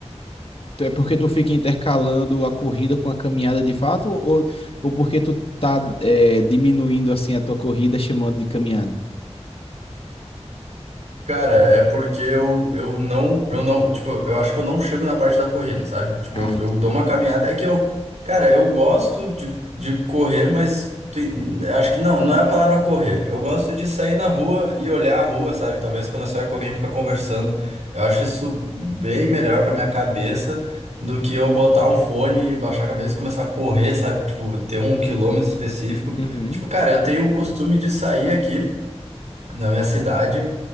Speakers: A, on the left; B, on the right.
A: é porque tu fica intercalando a corrida com a caminhada de fato, ou, ou porque tu tá é, diminuindo assim a tua corrida chamando de caminhada?
B: Cara, é porque eu, eu não, eu não, tipo, eu acho que eu não chego na parte da corrida, sabe? Tipo,
A: Ah,
B: eu,
A: entendi.
B: eu dou uma caminhada. É que eu, cara, eu gosto de, de correr, mas tem- acho que não, não é a palavra correr. Eu gosto de sair na rua e olhar a rua, sabe? Talvez quando eu saio com alguém fica conversando. Eu acho isso bem melhor pra minha cabeça do que eu botar um fone, baixar a cabeça e começar a correr, sabe? Tipo, ter um quilômetro específico.
A: Uhum.
B: Tipo, cara, eu tenho o costume de sair aqui na minha cidade.